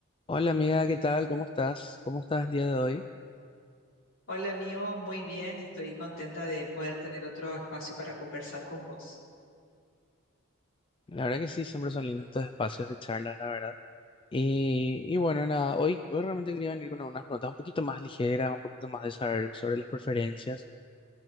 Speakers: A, on the left (about 25°); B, on the left (about 60°).
A: Hola amiga, ¿qué tal? ¿Cómo estás? ¿Cómo estás el día de hoy?
B: Hola amigo, muy bien, estoy contenta de poder tener otro espacio para conversar con vos.
A: La verdad que sí, siempre son lindos estos espacios de charla, la verdad. Y, y bueno, nada, hoy, hoy realmente quería venir con unas preguntas un poquito más ligeras, un poquito más de saber sobre las preferencias.